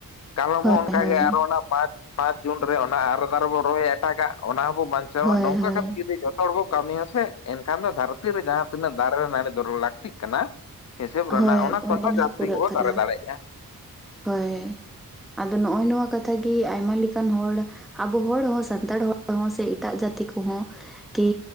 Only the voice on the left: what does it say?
ᱠᱟᱞᱚᱢ
ᱦᱚᱸ ᱚᱱᱠᱟᱜᱮ
ᱟᱨᱚ ᱚᱱᱟ ᱯᱟᱸᱪ ᱯᱟᱸᱪ ᱡᱩᱱ ᱨᱮ ᱚᱱᱟ ᱟᱨ ᱫᱟᱨᱮ ᱵᱚ ᱨᱚᱦᱚᱭᱟ ᱮᱴᱟᱜᱟᱜ ᱚᱱᱟ ᱦᱚᱸᱵᱚ ᱵᱟᱧᱪᱟᱣᱟ
ᱱᱚᱝᱠᱟ
ᱠᱟᱛᱮ ᱜᱮ ᱡᱩᱫᱤ ᱦᱚᱲ ᱵᱚ ᱠᱟᱹᱢᱤᱭᱟ ᱥᱮ ᱮᱱᱠᱷᱟᱱ ᱫᱚ ᱫᱷᱟᱹᱨᱛᱤ ᱨᱮ ᱡᱟᱦᱟᱸ ᱛᱤᱱᱟᱹᱜ ᱫᱟᱨᱮ ᱨᱮ ᱱᱟᱹᱲᱤ ᱫᱚᱨᱟᱹᱲ ᱞᱟᱹᱠᱛᱤᱜ ᱠᱟᱱᱟ ᱦᱤᱥᱟᱹᱵ ᱨᱮᱱᱟᱜ
ᱚᱱᱟ ᱠᱷᱚᱱ ᱦᱚ
ᱡᱟᱹᱥᱛᱤ
ᱜᱮᱵᱚᱱ
ᱫᱟᱨᱮ ᱫᱟᱲᱮᱭᱟᱜᱼᱜᱮᱭᱟ